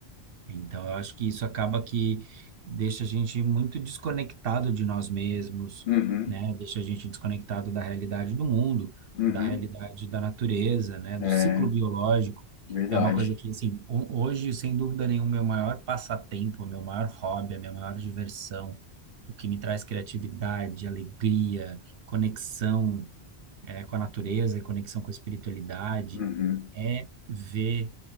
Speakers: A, on the right; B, on the left.
A: Então, eu acho que isso acaba que deixa a gente muito desconectado de nós mesmos,
B: Uhum,
A: né? Deixa a gente desconectado da realidade do mundo,
B: uhum,
A: da realidade da natureza, né?
B: é
A: Do ciclo biológico.
B: verdade.
A: É uma coisa que, assim, ho- hoje, sem dúvida nenhuma, meu maior passatempo, meu maior hobby, a minha maior diversão, o que me traz criatividade, alegria, conexão, eh, com a natureza e conexão com a espiritualidade,
B: Uhum.
A: é ver